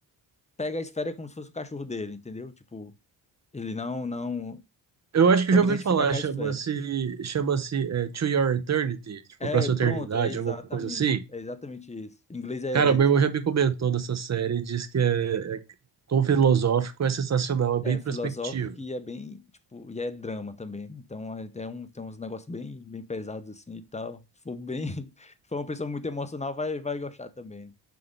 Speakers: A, on the left (about 15°); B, on the right (about 35°).
A: pega a esfera como se fosse o cachorro dele, entendeu? Tipo, ele não, não
B: Eu acho que
A: soube
B: eu já ouvi
A: identificar
B: falar,
A: com
B: chama-se,
A: a esfera.
B: chama-se é, To Your Eternity, tipo,
A: É,
B: pra sua
A: pronto,
B: eternidade,
A: é exatamente,
B: alguma coisa assim.
A: é exatamente isso. Em inglês é,
B: Cara,
A: é
B: meu
A: isso.
B: irmão já me comentou nessa série e disse que é, é tom filosófico, é sensacional, é bem
A: é
B: introspectivo.
A: filosófico e é bem, tipo, e é drama também. né? Então é, é um, tem uns negócios bem, bem pesados assim e tal. Se for bem, <laughs> se for uma pessoa muito emocional, vai, vai gostar também. né?